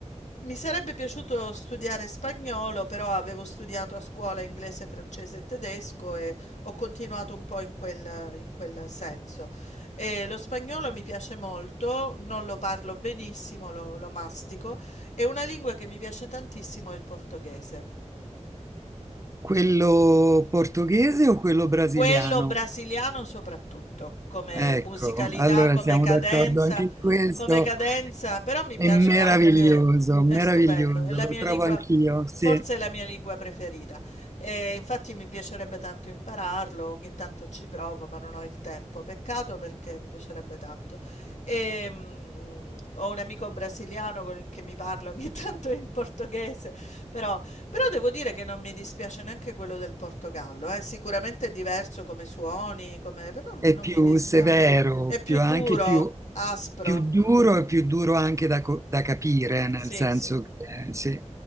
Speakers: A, on the left (about 75°); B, on the right (about 25°).
A: mi sarebbe piaciuto studiare spagnolo, però avevo studiato a scuola inglese, francese e tedesco e ho continuato un po' in quel, in quel senso. E lo spagnolo mi piace molto, non lo parlo benissimo, lo, lo mastico, e una lingua che mi piace tantissimo è il portoghese.
B: Quello portoghese o quello brasiliano?
A: Quello brasiliano soprattutto, come
B: Ecco,
A: musicalità,
B: allora
A: come
B: siamo
A: cadenza,
B: d'accordo anche in questo.
A: come cadenza, però mi
B: È
A: piace
B: meraviglioso,
A: anche,
B: meraviglioso,
A: è stupendo, è la
B: lo
A: mia
B: trovo
A: lingua,
B: anch'io, sì,
A: forse è la mia lingua preferita. E infatti mi piacerebbe tanto impararlo, ogni tanto ci provo, ma non ho il tempo. Peccato perché mi piacerebbe tanto. E, mm, ho un amico brasiliano con il che mi parla ogni <laughs> tanto in portoghese, però però devo dire che non mi dispiace neanche quello del Portogallo, eh. Sicuramente è diverso come suoni, come... però non
B: è più
A: mi dispiace.
B: severo,
A: È più
B: più,
A: duro,
B: anche più,
A: aspro.
B: più duro e più duro anche da, co- da capire, nel
A: Sì,
B: senso
A: sì,
B: che, sì.